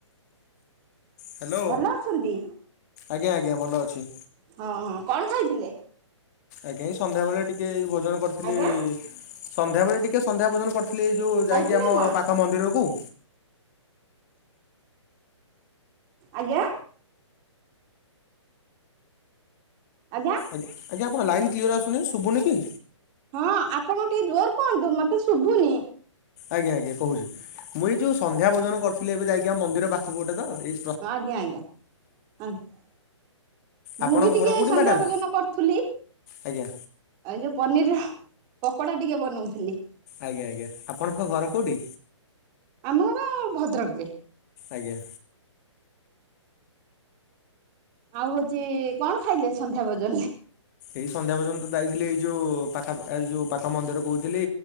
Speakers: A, on the left (about 35°); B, on the right (about 25°).
A: ହାଲୋ,
B: ଭଲ ଅଛନ୍ତି
A: ଆଜ୍ଞା ଆଜ୍ଞା ଭଲ ଅଛି।
B: ହଁ ହଁ କଣ ଖାଇଥିଲେ?
A: ଆଜ୍ଞା ଏଇ ସନ୍ଧ୍ୟାବେଳେ ଟିକେ ଭୋଜନ କରିଥିଲି
B: ଆଜ୍ଞା
A: ସନ୍ଧ୍ୟାବେଳେ ଟିକେ ସନ୍ଧ୍ୟା ଭୋଜନ କରି ଥିଲି ଏ ଯଉ
B: ଖାଇଥିଲେ
A: ଯାଇକି ଆମ
B: କଣ
A: ପାଖ ମନ୍ଦିରକୁ।
B: ଆଜ୍ଞା। ଆଜ୍ଞା।
A: ଆଜ୍ଞା ଆପଣ ଲାଇନ୍ କ୍ଲିୟର ଆୁନି ଶୁଭୁନି କି
B: ହଁ ଆପଣ ଟିକେ ଜୋର କୁହନ୍ତୁ! ମତେ ଶୁଭୁନି?
A: ଆଜ୍ଞା ଆଜ୍ଞା କହୁଛି ମୁଁ ଏଇ ଯୋଉ ସନ୍ଧ୍ୟା ଭୋଜନ କରିଥିଲି ଏବେ ଯାଇକି ଆମ ମନ୍ଦିର ପାଖକୁ ଗୋଟେ ତ ଏ
B: ଆଜ୍ଞା, ଆଜ୍ଞା, ଆଜ୍ଞା। ମୁଁ
A: ଆପଣଙ୍କ
B: ବି ଟିକେ
A: ଘର କୋଉଠି
B: ସନ୍ଧ୍ୟା
A: ମ୍ୟାଡ଼ାମ୍
B: ଭୋଜନ କରୁଥିଲି।
A: ଆଜ୍ଞା
B: ଏ ଯେଉଁ ପନିର ପକୋଡ଼ା ଟିକେ ବନଉଥିଲି।
A: ଆଜ୍ଞା ଆଜ୍ଞା ଆପଣଙ୍କ ଘର କୋଉଠି?
B: ଆମ ଘର ଭଦ୍ରକରେ।
A: ଆଜ୍ଞା।
B: ଆଉ ହଉଛି କଣ ଖାଇଲେ ସନ୍ଧ୍ୟା ଭୋଜନରେ?
A: ଏଇ ସନ୍ଧ୍ୟା ଭୋଜନ୍ ତ ଯାଇଥିଲି ଏଇ ଯୋଉ ପାଖ ଏ ଯୋଉ ପାଖ ମନ୍ଦିର କହୁଥିଲି।